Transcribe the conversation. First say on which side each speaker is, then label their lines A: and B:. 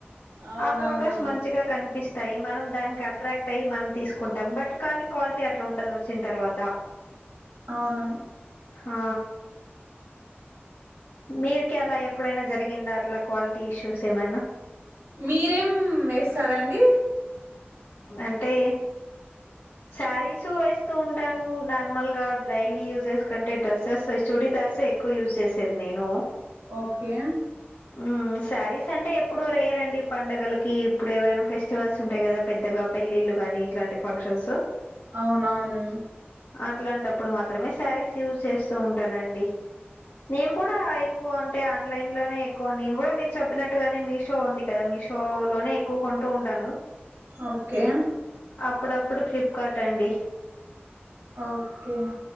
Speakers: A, on the right; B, on the left.
A: అవునవును
B: ఆ ఫొటోస్ మంచిగా కనిపిస్తాయి మనం దానికి అట్రాక్ట్ అయి మనం తీస్కు కుంటాం బట్ కానీ క్వాలిటీ అట్లా ఉండదు వచ్చిన తర్వాత
A: అవునవును
B: ఆ మీర్కి అలా ఎప్పుడైనా జరిగిందా అట్లా క్వాలిటీ ఇష్యూస్ ఏమైనా
A: మీరేం ఏస్తారండి
B: అంటే సారీస్ వేస్తూ ఉంటాను నార్మల్గా డైలీ యూజర్స్ కంటే డ్రెసెస్ వేస్ చుడిదార్స్ ఎ క్కువ యూజ్ చేసేది నేను
A: ఓకే
B: ఉం సారీస్ అంటే ఎప్పుడు రేర్ అండి పండగలకి ఇప్పుడు ఏమైనా ఫెస్టివల్స్ ఉంటయి కదా పెద్దగా పెళ్ళిలు గానీ ఇట్లాంటి ఫంక్షన్స్
A: అవునవును
B: అట్లాంటప్పుడు మాత్రమే సారీస్ యూజ్ చేస్తూ ఉంటానండి నేను కూడా క్కువ అంటే ఆన్లైన్ లోనే ఎక్కువ నేను కూడా మీరు చెప్పినట్టుగానే మీషో ఉంది కద మీషో లోనే కొంటూ ఉంటాను
A: ఓకే
B: అప్పుడప్పుడు ఫ్లిప్కార్ట్ అండి
A: ఓకే